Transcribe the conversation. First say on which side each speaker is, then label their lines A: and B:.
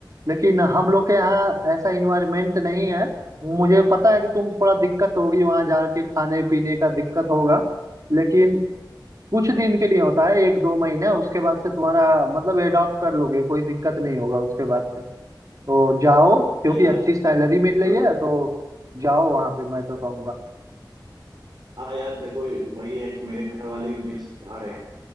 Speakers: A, on the right (about 45°); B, on the right (about 65°).
A: लेकिन हम लोग के यहाँ ऐसा इन्वायरमेंट नहीं है मुझे पता है कि तुम थोड़ा दिक्कत होगी वहां जाके खाने पीने का दिक्कत होगा लेकिन कुछ दिन के लिए होता है एक दो महीने उसके बाद से तुम्हारा मतलब एडॉप्ट कर लोगे कोई दिक्कत नहीं होगा उसके बाद से तो जाओ क्योंकि
B: हाँ यार
A: अच्छी सैलरी मिल
B: तो
A: रही है
B: है
A: तो जाओ वहां पे मैं तो कहूंगा
B: हाँ यार देखो वही है कि मेरे घर वाले भी मुझे समझा रहे हैं